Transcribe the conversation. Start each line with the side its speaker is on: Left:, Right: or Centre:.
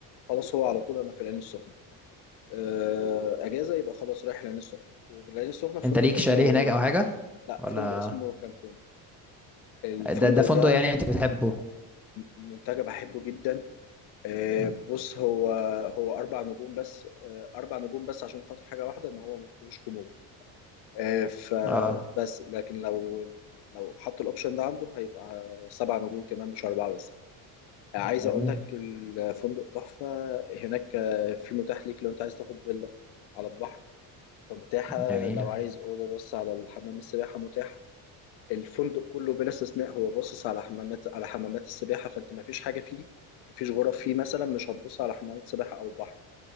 Left: خلاص هو على طول انا في العين السخنه آه، اجازه يبقى خلاص رايح العين السخنه والعين السخنه فندق
Centre: انت ليك
Left: اسمه
Centre: شاليه هناك او حاجه
Left: لا
Centre: ولا
Left: فندق اسمه كانكون الفندق
Centre: ده ده فندق
Left: ده
Centre: يعني انت بتحبه
Left: منتجع بحبه جدا آه،
Centre: مم.
Left: بص هو هو اربع نجوم بس آه، اربع نجوم بس عشان خاطر حاجه واحده ان هو ما فيهوش خمور آه، فبس
Centre: اه
Left: لكن لو لو حط الاوبشن ده عنده هيبقى سبع نجوم كمان مش اربعه بس آه، عايز
Centre: جميل
Left: اقول لك الفندق تحفه هناك آه، في متاح ليك لو انت عايز تاخد فيلا على البحر فمتاحة
Centre: جميلة
Left: لو عايز أوضة بص على الحمام السباحة متاحة الفندق كله بلا استثناء هو باصص على حمامات على حمامات السباحة فأنت مفيش حاجة فيه مفيش غرف فيه مثلا مش هتبص على حمامات سباحة أو بحر